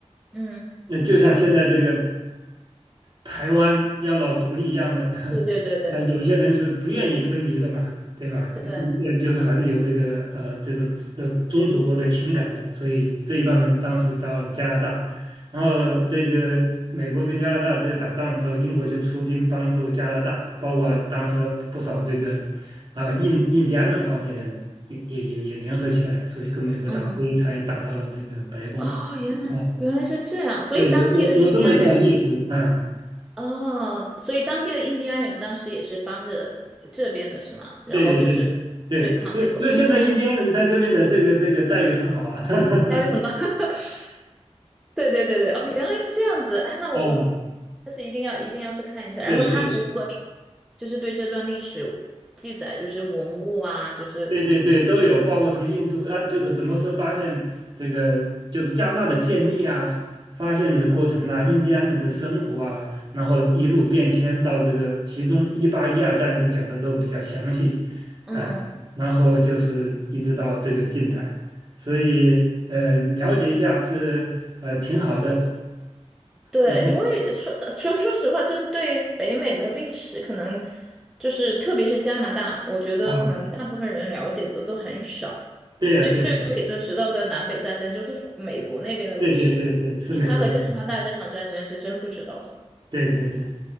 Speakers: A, in the centre; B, on the right.
A: 嗯，
B: 那就像现在这个。台湾要老独立一样的，<laughs>
A: 对对对对
B: 那有些人是不愿意分离的嘛，对吧？你不呃，
A: 对，
B: 就是还是有这个呃这个呃宗主国的情感的，所以这一帮人当时到了加拿大，然后这个美国跟加拿大这个打仗的时候，英国就出兵帮助加拿大，包括当时不少这个啊、印印第安人好些人也也也也联合起来，所以跟美国打，
A: 嗯，
B: 所以才打到了那个白宫。
A: 哦，原来原来是这样，
B: 嗯，
A: 所以当地的印第安人。
B: 对，有有有这么一段历史，嗯。
A: 哦，所以当地的印第安人当时也是帮着这边的是吗？然后就是对抗美国，
B: 对对对对，所以所以现在印第安人在这边的这个这个待遇很好啊，
A: 嗯，
B: <laughs>
A: 效率很高。<laughs> 对对对对，哦，原来是这样子啊那我我但是一定要一定要去看一下。
B: 啊，
A: 然后他博物馆里
B: 对对
A: 就是对这段历史记载，就是文物啊，就是
B: 对对对，都有，包括从印度啊，就是怎么是发现这个就是加大的建立啊，发现的过程啊，印第安人的生活啊，然后一路变迁到这个，其中一八一二战争讲的都比较详细，
A: 嗯。
B: 哎、然后就是一直到这个近代，所以呃，了解一下是呃挺好的。
A: 对，
B: 嗯
A: 因为说说说实话，就是对北美的历史，可能就是特别是加拿大，我觉得可能大部分人了解的都很少，
B: 啊，对呀，
A: 最最多也就知道个南北战争，
B: 对呀，
A: 就都是美国那边的历史。
B: 对，对对对对，是美国人，
A: 就他和加拿大这场战争是真不知道
B: 对对对，